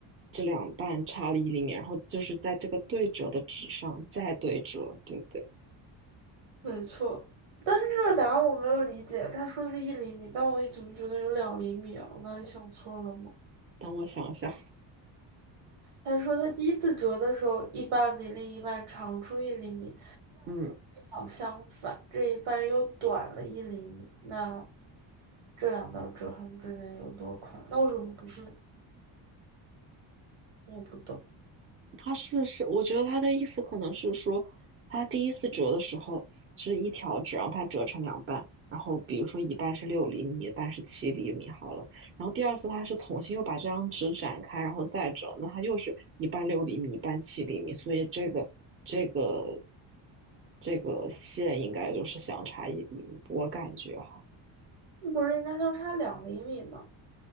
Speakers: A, on the right (about 25°); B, on the right (about 85°).
A: 这两半差了一厘米，然后就是在这个对折的纸上再对折，对不对？
B: 没错。但是这个答案我没有理解，他说是一厘米，但我怎么觉得有两厘米啊？我哪里想错了吗？
A: 等我想想，
B: 他说他第一次折的时候，一半比另一半长出一厘米，
A: 嗯。
B: 好相反，这一半又短了一厘米。那这两道折痕之间有多宽？那为什么不是？我不懂，
A: 他是是，我觉得他的意思可能是说，他第一次折的时候是一条纸，让它折成两半，然后比如说一半是六厘米，一半是七厘米，好了。然后第二次他是重新又把这张纸展开，然后再折，那它又是一半六厘米，一半七厘米，所以这个这个这个线应该就是相差一厘米，我感觉哈，
B: 不是应该相差两厘米吗？